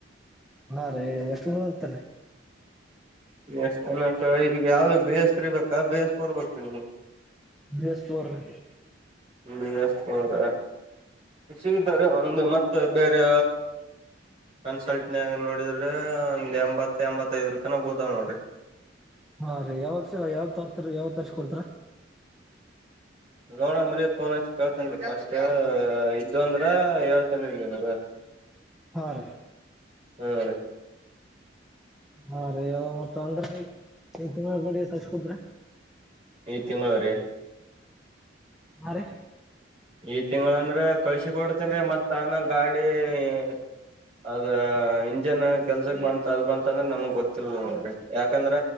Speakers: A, in the centre; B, on the right (about 35°).
A: ಹಾ ರೀ ಎಷ್ಟು <unintelligible>
B: ಎಷ್ಟ ಅನ್ನಕ ಈಗ ಯಾವ್ದು ಬಿ ಎಸ್ ಥ್ರೀ ಬೇಕಾ ಬೀ ಏಸ್ ಫೋರ್ ಬೇಕಾ ನಿಮಗ?
A: ಬಿ ಎಸ್ ಫೋರ್ ರಿ.
B: B S four. ಸಿಗ್ತಾವರಿ ಒಂದ ಮತ್ತ ಬೇರೆ ನಮ್ಮ ಸೈಟ್ ನ್ಯಾಗ ನೋಡಿದ್ರ ಒಂದ್ ಎಂಬತ್ ಎಂಬತ್ತೈದರತಾನ ಬಿಳತಾವ್ ನೋಡ್ರಿ.
A: ಹಾ ರೀ ಯಾವಾಗ ಸಾರ್ ಯಾವಗ ತರ್ತರಿ ಯಾವಗ ತರಿಸಿ ಕೊಡ್ತೀರಾ.
B: ನೋಡಾಮ್ರರಿ ಪೋನ್ ಹಚ್ಚಿ ಕೇಳ್ತೀನಿ ರಿ ಫಸ್ಟ್ ಇದ್ವು ಅಂದ್ರ ಹೇಳ್ತೀನಿ ನಿಮಗ.
A: ಹಾ ರೀ.
B: ಹ್ಮ ರೀ.
A: ಹಾ ರೀ ಮತ್ತ ಅಂದ್ರ ಈ ತಿಂಗಳ <inaudible>
B: ಈ ತಿಂಗಳರಿ.
A: ಹಾ ರಿ.
B: ಈ ತಿಂಗಳಂದ್ರ ಕಳ್ಸಿ ಕೊಡ್ತೇನ್ರಿ ಮತ್ತ ಆಮ್ಯಾಲ ಗಾಡಿ - ಅದ ಇಂಜಿನ್ ಕೆಲ್ಸಕ್ ಬಂತ ಅದ್ ಬಂತ ಅಂದ್ರೆ ನಮಗ್ ಗೊತ್ತಿಲ್ಲ ನೋಡ್ರಿ ಯಾಕಂದ್ರ